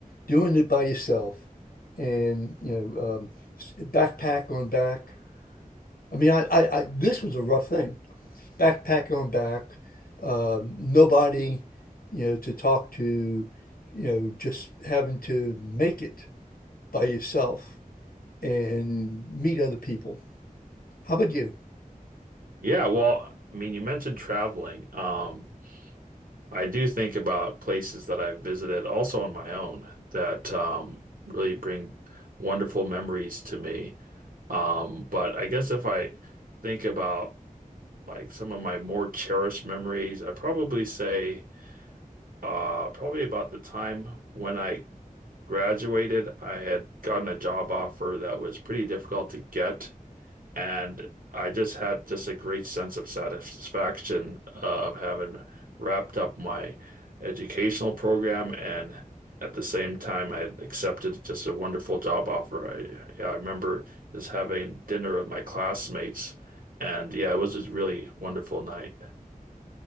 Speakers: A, on the left (about 85°); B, on the right (about 75°).
A: doing it by yourself, and, you know, um, s- backpack on back. I mean, I, I, I, this was a rough thing. Backpack on back, um, nobody, you know, to talk to, you know, just having to make it by yourself and meet other people. How about you?
B: Yeah, well, I mean, you mentioned traveling. Um, I do think about places that I've visited also on my own that um really bring wonderful memories to me. Um, but I guess if I think about like some of my more cherished memories, I'd probably say uh probably about the time when I graduated, I had gotten a job offer that was pretty difficult to get, and I just had just a great sense of satisfaction of having wrapped up my educational program and at the same time I had accepted just a wonderful job offer. I yeah, I remember just having dinner with my classmates and yeah, it was a really wonderful night.